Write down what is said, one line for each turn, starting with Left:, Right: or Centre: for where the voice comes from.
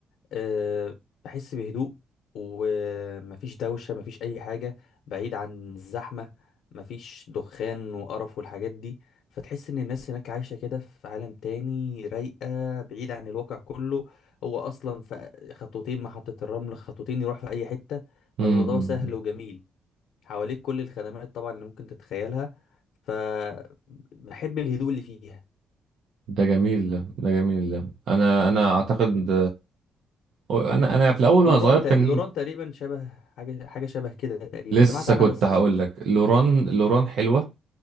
Left: أه بحس بهدوء ومفيش دوشة مفيش أي حاجة بعيد عن الزحمة مفيش دخان وقرف والحاجات دي فتحس إن الناس هناك عايشة كده في عالم تاني رايقة بعيد عن الواقع كله هو أصلا في خطوتين محطة الرمل خطوتين يروح في أي حتة فالموضوع
Right: امم إمم،
Left: سهل
Right: إمم.
Left: وجميل حواليك كل الخدمات طبعا اللي ممكن تتخيلها فبحب الهدوء اللي فيها
Right: ده جميل ده ده جميل ده انا انا اعتقد انا انا في الاول
Left: لوران
Right: وانا صغير
Left: تق-
Right: كان
Left: لوران تقريبا شبه حاجة حاجة شبه كده تقريبا
Right: لسه
Left: سمعت عنها
Right: كنت
Left: بس
Right: هقول
Left: ما رحتش
Right: لك لوران لوران حلوه